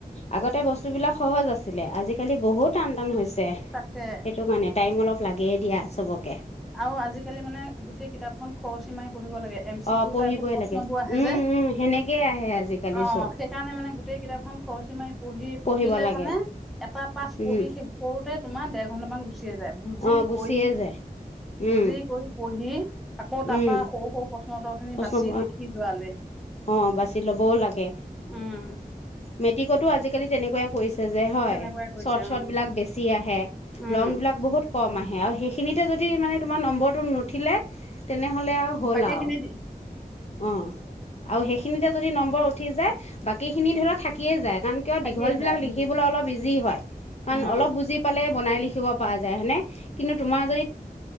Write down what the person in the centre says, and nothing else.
তাকে
আৰু আজিকালি মানে গোটেই কিতাপখন। খৰচী মাৰি। পঢ়িব লাগে এম চি
কিউ
টাইপ ত প্ৰশ্নবোৰ
আহে
যে,
অ
সেইকাৰণে মানে গোটেই কিতাপ খন‌ খৰচি মাৰি পঢ়ি‌
পঢ়িলে
মানে এটা পাঠ
পঢ়ি শেষ কৰোতে তোমাৰ ডেৰ ঘণ্টামান গুছি গুচিয়ে যায় বুজি
কই
বুজি কৰি পঢ়ি। আকৌ তাৰ
পৰা সৰু সৰু প্ৰশ্ন। উত্তৰ খিনি
বাচি
লিখি যোৱালে
উম
তেনেকুৱাই কৰিছে
উম
উম
বাকী
খিনি
থাকিয়ে
যায়
উম
উম